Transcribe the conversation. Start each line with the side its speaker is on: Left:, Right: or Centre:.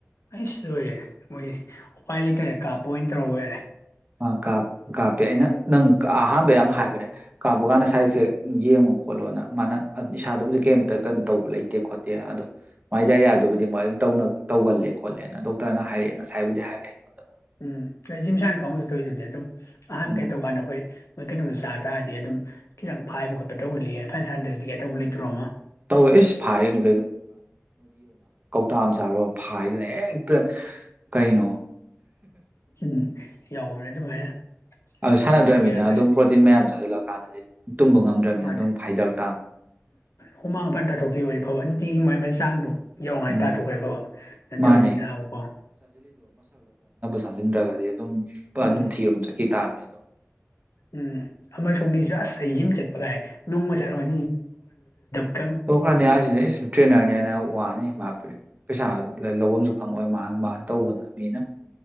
Left: ꯑꯩꯁ ꯂꯣꯏꯔꯦꯅꯦ ꯃꯣꯏꯗꯤ ꯎꯄꯥꯏ ꯂꯩꯇꯔꯦ ꯀꯥꯞꯄ ꯑꯣꯏꯅ ꯇꯧꯔ ꯕꯣꯢꯔꯦ
Right: ꯑ ꯀꯥꯞ ꯀꯥꯞꯄꯦ ꯑꯩꯅ ꯅꯪ ꯑꯍꯥꯟꯕ ꯌꯥꯝ ꯍꯥꯏꯕꯅꯦ ꯀꯥꯕ ꯀꯥꯟꯗ ꯁꯥꯏꯠ ꯏꯐꯦꯛ ꯌꯦꯡꯉꯨ ꯈꯣꯠꯂꯣꯅ ꯃꯥꯅ ꯑꯗꯨ ꯏꯁꯥꯗꯕꯨꯗꯤ
Left: ꯎꯝ
Right: ꯀꯩꯝꯇ ꯀꯩꯅꯣ ꯇꯧꯕ ꯂꯩ ꯈꯣꯠꯇꯦ ꯑꯗꯣ ꯃꯥꯏ ꯗꯥꯏꯔꯤꯌꯥꯗꯨꯕꯨꯗꯤ ꯃꯣꯏ ꯑꯗꯨꯝ ꯇꯧꯅ ꯇꯧꯒꯜꯂꯦ ꯈꯣꯠꯂꯦꯅ ꯗꯣꯛꯇꯔꯅ ꯍꯥꯏꯔꯛꯑꯦ ꯉꯁꯥꯏꯕꯨꯗꯤ ꯍꯥꯏꯔꯛꯑꯦ ꯑꯩꯉꯣꯟꯗ
Left: ꯎꯝ <unintelligible> <unintelligible> ꯇꯧꯔꯤꯗꯨꯗꯤ ꯑꯗꯨꯝ <unintelligible>
Right: ꯎꯝ
Left: <unintelligible> ꯃꯣꯏ ꯀꯩꯅꯣꯗꯣ ꯆꯥ ꯇꯥꯔꯗꯤ ꯑꯗꯨꯝ ꯈꯤꯇꯪ ꯐꯥꯏꯕ ꯈꯣꯠꯄ ꯇꯧꯒꯜꯂꯤ <unintelligible> ꯁꯥꯟꯅꯗ꯭ꯔꯗꯤ ꯀꯩꯇꯧꯕ ꯂꯩꯇ꯭ꯔꯣ ꯑꯃ
Right: ꯇꯧꯋꯦ ꯏꯁ ꯐꯥꯏꯔꯤꯅꯤ <unintelligible> ꯆꯥꯔꯣ ꯐꯥꯏꯗꯅ ꯍꯦꯛ ꯀꯩꯅꯣ
Left: ꯎꯝ ꯌꯥꯎꯕꯅꯦ ꯑꯗꯨꯃꯥꯏꯅ
Right: ꯑꯗꯨ ꯁꯥꯟꯅꯗ꯭ꯔꯕꯃꯤꯅ
Left: ꯑꯗꯨꯅꯤ ꯕꯦꯔꯥ
Right: ꯑꯗꯨꯝ ꯄ꯭ꯔꯣꯇꯤꯟ ꯃꯌꯥꯝꯗꯨ ꯆꯥꯁꯤꯜꯂꯛꯑꯀꯥꯟꯗꯗꯤ ꯇꯨꯝꯕ ꯉꯝꯗ꯭ꯔꯕꯅꯤꯅ
Left: ꯃꯥꯅꯤ
Right: ꯑꯗꯨꯝ ꯐꯥꯏꯗꯔꯛ ꯇꯥꯝ
Left: ꯍꯨꯃꯥꯡ <unintelligible> ꯇꯥꯊꯣꯛꯈꯤꯕ ꯑꯣꯏ ꯅꯨꯡꯇꯤꯒꯤ ꯃꯥꯏ ꯃꯥꯏ ꯃꯩ ꯆꯥꯡꯗꯣ ꯌꯧꯔꯉꯥꯏ
Right: ꯎꯝ
Left: ꯇꯥꯊꯣꯛꯈ꯭ꯔꯦꯗꯤ ꯐꯕ ꯅꯠꯇꯕꯅꯤꯅꯕꯀꯣ
Right: ꯃꯥꯅꯦ ꯆꯥꯖꯤꯟꯗꯔ꯭ꯒꯗꯤ
Left: ꯎꯝ
Right: ꯑꯗꯨꯝ ꯊꯤꯔꯣꯝ ꯆꯠꯈꯤ ꯇꯥꯕꯅꯤ ꯑꯗꯨꯝ <unintelligible>
Left: ꯎꯝ ꯑꯃ ꯁꯣꯝꯒꯤꯁꯨ ꯑꯁ ꯑꯩ ꯖꯤꯝ ꯆꯠꯄꯒꯥꯏ ꯅꯣꯡꯃ ꯆꯠꯂꯣ <unintelligible> <unintelligible>
Right: ꯇꯣꯛꯈ꯭ꯔꯅꯤ <unintelligible> <unintelligible> ꯇ꯭ꯔꯦꯅꯔꯅ ꯍꯦꯟꯅ ꯋꯥꯅꯤ ꯃꯥ ꯄꯩꯁꯥ ꯂꯧꯕꯝꯁꯨ ꯐꯪꯉꯣꯏ ꯃꯥ ꯃꯥꯅ ꯇꯧꯕꯗ ꯃꯤꯅ